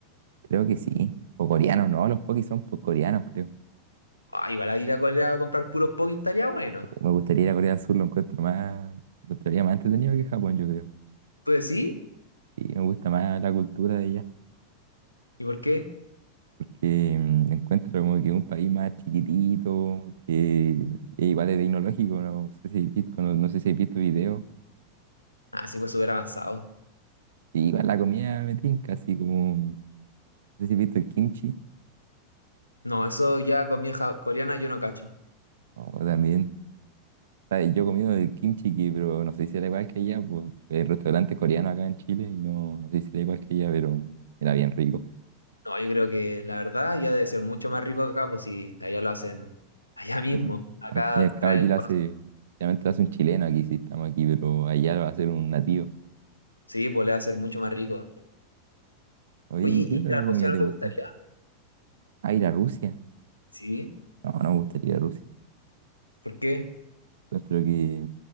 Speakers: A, on the right; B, on the left.
A: Creo que sí. O coreanos, no, los pokis son po- coreanos, creo.
B: Ah, igual a ir a Corea a comprar puros pokis estaría bueno.
A: O Me gustaría ir a Corea del Sur, lo encuentro más, lo encontraría más entretenido que Japón, yo creo.
B: ¿Tú decís?
A: Sí, me gusta más la cultura de allá,
B: ¿Y por qué?
A: porque mm, encuentro como que es un país más chiquitito, que es igual de tecnológico, no sé si he visto, no, no sé si he visto videos
B: Ah, sí, pues súper avanzado.
A: Sí, igual la comida me tinca, así como, no sé si has visto el kimchi,
B: No, eso ya comida ja- coreana yo no cacho.
A: o también, ¿sabes? Yo he comido el kimchi, que, pero no sé si era igual que allá, pues el restaurante coreano acá en Chile, y no, no sé si era igual que allá, pero era bien rico.
B: No, yo creo que la verdad ya debe ser mucho más rico que acá, pues si allá lo hacen <laughs> allá mismo.
A: Y bueno,
B: Acá
A: al fin y al cabo
B: traen,
A: aquí lo
B: cono-
A: hace, realmente lo hace un chileno, aquí sí estamos aquí, pero allá lo va a hacer un nativo.
B: sí, pues le va a ser mucho más rico.
A: Oye,
B: Oye,
A: ¿y ¿qué
B: ¿y
A: otra
B: ir a Rusia
A: comida
B: no
A: te
B: te
A: gusta?
B: gustaría?
A: Ah, ir a Rusia.
B: Sí,
A: No, no me gustaría ir a Rusia.
B: ¿por qué?
A: Encuentro que